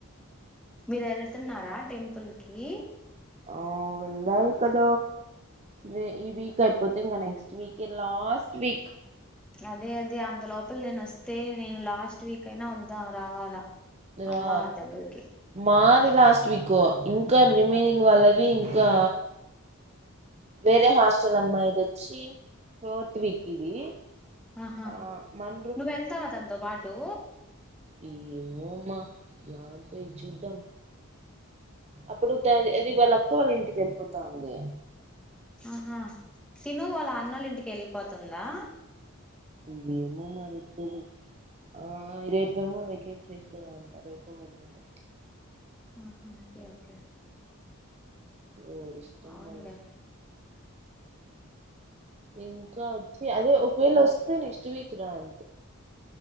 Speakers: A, in the centre; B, on the right.
A: మీరు వెళ్తున్నారా టెంపుల్కి
B: ఆ వెళ్ళ కద రే ఈ వీక్ అయిపోతే ఇంక నెక్స్ట్ ఇ వికే లాస్ట్ వీక్
A: అదే అదే అంత లోపల నేను వస్తే నేను లాస్ట్ వీక్ అయినా వద్దాం రావాల
B: రా
A: అమ్మవారి దగ్గరికి
B: మాది లాస్ట్ వీకు ఇంకా రిమైనింగ్ వాళ్ళవి ఇంకా వేరే హాస్టల్ అమ్మాయిది వచ్చి ఫోర్త్ వీక్ ఇది
A: ఆహా
B: ఆ మన
A: నువ్వు వెళ్తావా తనతోపాటు
B: ఏవోమా వారు పోయి చుద్దం అప్పుడు అది వాళ్ళు అక్క వాళ్ళ ఇంటికి తేల్పుత ఉంది
A: ఆహా తిను వాళ్ల అన్నోలి ఇంటికెళ్ళింది పతుందా
B: ఇవేమో మరితుదు ఆ రేపేమ్మో వెకేట్ చేస్తూ ఉంట రేపెమ్మని కూడా
A: ఉహ ఓకే ఓకే
B: ఊరిష్టందనే
A: అవునులే
B: ఇంకా వచ్చి అదే ఒకవేళ వస్తే నెక్స్ట్ వీక్ రాం